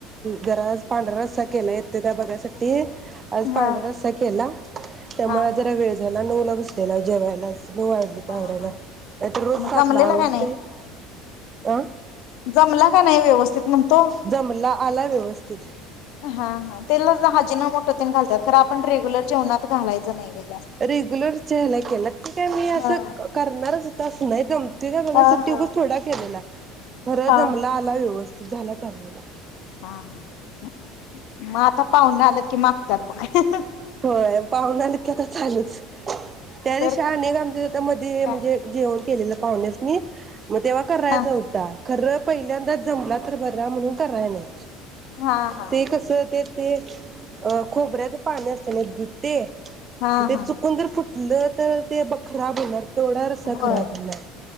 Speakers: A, on the right (about 30°); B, on the left (about 60°).
A: जराज पांढरा रस्ता केला येतोय काय बघायसाठी आज
B: हा
A: पांढरा रस्सा केला त्यामुळे
B: हा हा
A: जरा वेळ झाला नऊ त्याला जेवायला नऊ वाजलेत
B: हा
A: आवरायला
B: हा
A: नाही तर रोज
B: मग
A: सातला
B: जमलेला
A: आवरतय.
B: का नाही
A: अ
B: जमला का नाही व्यवस्थित म्ह त
A: जमला आला व्यवस्थित
B: हा हा तेला हजीनं मोठ ते घालतात. आपण रेग्युलर जेवणात घालायच. नाही काय?
A: रेग्युलर च्या ह्यान केला ते काय मी अस
B: हा
A: करणार तस नाही त्यो ते काय बघाय
B: हा
A: साठी
B: हा
A: उगच थोडा केलेला. खर
B: हा हा
A: जमला आला व्यवस्थित झालं <unintelligible>
B: हा हा मग आता पाहुन आलंत की मग <unintelligible>
A: होय पाहुना आलत की आता चालूच त्या दिवशी
B: तर
A: अनेक आमच्या मध्ये
B: काय
A: म्हणजे जेवन केलेलं पाहुंण्यास नी मग तेव्हा करायचा
B: हा
A: होता खरं पहिल्यांदाच जमला तर बरा म्हणून कराय नाही.
B: हा हा
A: ते कस ते ते अ खोबऱ्याच पानी असतय. एने जुते
B: हा
A: ते
B: हा
A: चुकून जर फुट मग तर ते बग खराब होनार. थोडा रस्सा
B: होय
A: खराब होणार